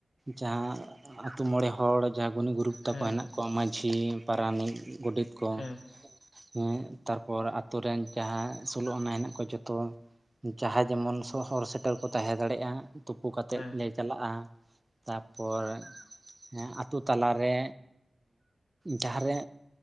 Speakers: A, on the right (about 25°); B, on the left (about 75°).
A: ᱡᱟᱦᱟᱸ ᱟᱛᱳ ᱢᱚᱬᱮ ᱦᱚᱲ᱾ ᱡᱟ ᱜᱩᱱᱤ ᱜᱩᱨᱩᱵ ᱛᱟᱠᱚ
B: ᱦᱮᱸ
A: ᱦᱮᱱᱟᱜ ᱠᱚᱣᱟ ᱢᱟᱹᱡᱷᱤ ᱯᱟᱨᱟᱱᱤᱠ ᱜᱚᱰᱮᱛ ᱠᱚ᱾
B: ᱦᱮᱸ
A: ᱦᱮᱸ ᱛᱟᱨᱯᱚᱨ ᱟᱛᱳ ᱨᱮᱱ ᱡᱟᱦᱟᱸ ᱥᱳᱞᱳᱟᱱᱟᱜ ᱦᱮᱱᱟᱜ ᱠᱚᱣᱟ ᱡᱷᱚᱛᱚ᱾ ᱡᱟᱦᱟᱸᱭ
B: ᱦᱮᱸ
A: ᱡᱮᱢᱚᱱ ᱥᱚᱦᱚᱨ ᱥᱮᱴᱮᱨ ᱠᱚ ᱛᱟᱦᱮᱸ ᱫᱟᱲᱮᱭᱟᱜᱼᱟ ᱛᱩᱯᱩ ᱠᱟᱛᱮ
B: ᱦᱮᱸ
A: ᱞᱮ ᱪᱟᱞᱟᱜᱼᱟ ᱛᱟᱯᱚᱨ, ᱦᱮᱸ ᱟᱛᱳ ᱛᱟᱞᱟᱨᱮ ᱡᱟᱦᱟ ᱨᱮ,